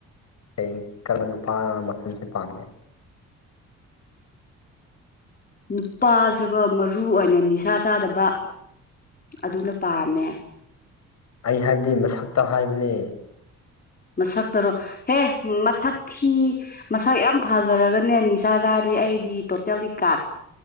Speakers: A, on the left; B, on the left.
A: ꯑꯩ ꯀꯔꯝꯕ ꯅꯨꯄꯥ ꯃꯈꯜꯁꯦ ꯄꯥꯝꯒꯦ
B: ꯅꯨꯄꯥꯁꯤꯒ ꯃꯔꯨ ꯑꯣꯏꯅ ꯅꯤꯁꯥ ꯆꯥꯗꯕ ꯑꯗꯨꯅ ꯄꯥꯝꯃꯦ
A: ꯑꯩ ꯍꯥꯏꯕꯗꯤ ꯃꯁꯛꯇ ꯍꯥꯏꯕꯅꯦ
B: ꯃꯁꯛꯇꯔꯣ ꯍꯦ ꯃꯁꯛ ꯊꯤ ꯃꯁꯛ ꯌꯥꯝ ꯐꯖꯔꯒꯅꯦ ꯅꯤꯆꯥ ꯆꯥꯔꯗꯤ ꯑꯩꯗꯤ ꯇꯣꯇꯦꯜꯗꯤ ꯀꯥꯠ